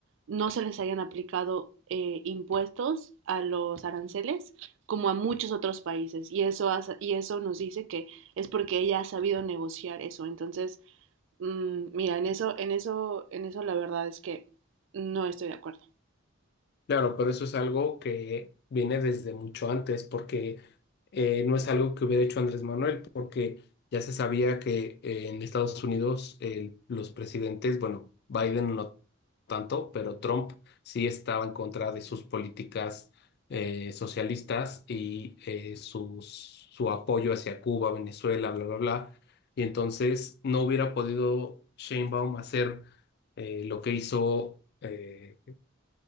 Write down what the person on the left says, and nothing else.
Claro, pero eso es algo que viene desde mucho antes, porque eh, no es algo que hubiera hecho Andrés Manuel, porque ya se sabía que eh, en Estados Unidos el- los presidentes, bueno, Biden no tanto, pero Trump sí estaba en contra de sus políticas eh, socialistas y eh, sus- su apoyo hacia Cuba, Venezuela, bla, bla, bla. Y entonces no hubiera podido Sheinbaum hacer eh, lo que hizo. eh,